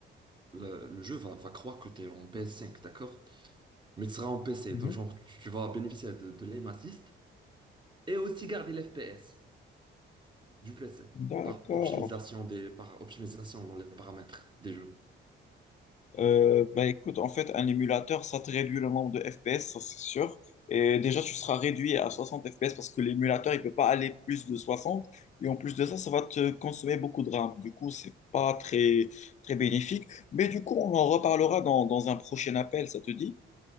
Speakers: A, on the right; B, on the left.
A: le, le jeu va, va croire que tu es en PS5, d'accord? mais tu seras en PC.
B: Mhm.
A: Donc, genre, tu vas bénéficier de, de l'aim assist et aussi garder l'FPS du PC
B: D'accord.
A: par optimisation des, par optimisation dans les paramètres des jeux.
B: Euh, bah écoute, en fait, un émulateur, ça te réduit le nombre de FPS, ça c'est sûr. Et déjà, tu seras réduit à 60 FPS parce que l'émulateur, il peut pas aller plus de 60. Et en plus de ça, ça va te consommer beaucoup de RAM. Du coup, c'est pas très, très bénéfique. Mais du coup, on en reparlera dans, dans un prochain appel, ça te dit?